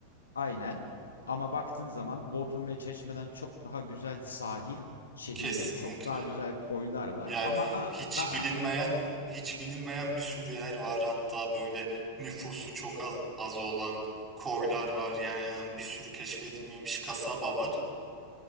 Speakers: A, on the left; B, on the right.
A: aynen. Ama baktığın zaman Bodrum ve Çeşme'den çok daha güzel sahil şehirleri,
B: kesinlikle.
A: çok daha güzel koylar var
B: Yani
A: ama
B: hiç
A: a a
B: bilinmeyen, hiç bilinmeyen bir sürü yer var. Hatta böyle nüfusu çok az, az olan koylar var. ya- Yani bir sürü keşfedilmemiş kasaba var.